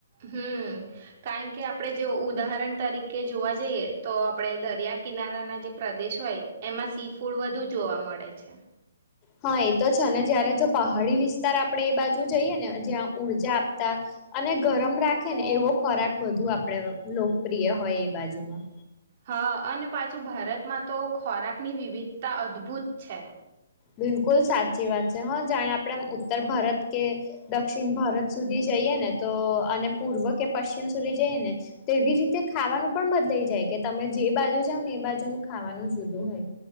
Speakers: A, on the right; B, on the left.
A: હમ. કારણ કે આપણે જો ઉદાહરણ તરીકે જોવા જઈએ તો આપણે દરિયા કિનારાના જે પ્રદેશ હોય એમાં સી ફૂડ વધુ જોવા મળે છે.
B: હા એ તો છે ને જયારે જો પહાડી વિસ્તાર આપણે એ બાજુ જઈએ ને જ્યાં ઊર્જા આપતા અને ગરમ રાખે ને એવો ખોરાક બધું આપણેે લોકપ્રિય હોય એ બાજુમાં.
A: હા અને પાછું ભારતમાં તો ખોરાકની વિવિધતા અદભુત છે.
B: બિલકુલ સાચી વાત છે હા જાણે આપણે ઉત્તર ભારત કે દક્ષિણ ભારત સુધી જઈએ ને તો અને પૂર્વ કે પશ્ચિમ સુધી જઈએ ને તો એવી રીતે ખાવાનું પણ બદલાઈ જાય કે તમે જે બાજુ જાવ ને એ બાજુનું ખાવાનું જુદું હોય.